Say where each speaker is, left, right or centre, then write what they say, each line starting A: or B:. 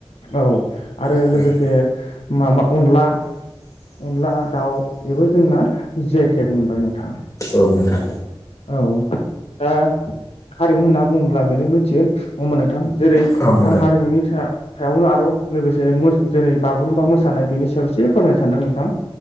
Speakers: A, on the left; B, on the left.
A: औ आरो
B: औ
A: लोगोसे
B: औ औ
A: माबा अनला अनला दाउ बेबो जोंना जि आइटेक मोनबाय नोंथां
B: औ नोंथां
A: औ दा हारिमु होनना बुङोब्ला बेनो मिथिगोन नङा होनबा नोंथां जेरै
B: औ
A: आं हारिमुनि सायावनो आरोबाव लोगोसे जेरै बागुरुम्बा मोसानाय बेनि सायाव एसे फोरमायनो सानदों नोंथां